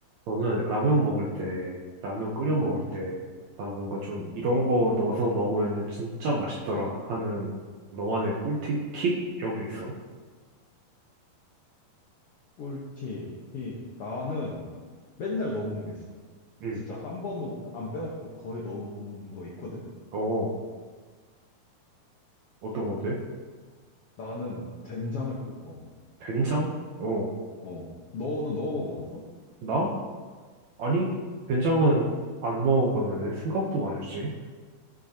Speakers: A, on the right (about 70°); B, on the left (about 70°).
A: 저는 라면 먹을 때, 라면 끓여 먹을
B: 음흠,
A: 때, 나 뭔가 좀
B: 음.
A: 이런 거 넣어서 먹으면은 진짜 맛있더라 하는 너만의 꿀팁? 킥? 이런 게 있어?
B: 꿀팁, 팁. 나는 맨날 넣어 먹는 게 있어.
A: 응.
B: 진짜 한 번도 안 빼먹고 거의 넣어 먹는 거 있거든?
A: 어, 어떤 건데?
B: 나는 된장을 꼭 넣어 먹어.
A: 된장? 어,
B: 어. 너는 넣어 먹어봤어?
A: 나? 아니, 된장은 안 넣어봤는데 생각도 맛있지?